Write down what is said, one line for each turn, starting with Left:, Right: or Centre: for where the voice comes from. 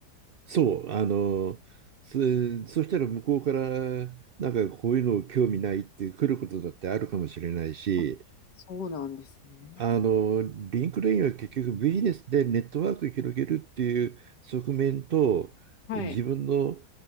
Right: そう、あの、そ、そしたら向こうから、なんかこういうの興味ないって来ることだってあるかもしれないし、
Left: あそうなんですね。
Right: あの、リンクレインは結局ビジネスでネットワークを広げるっていう側面と自分の
Left: はい。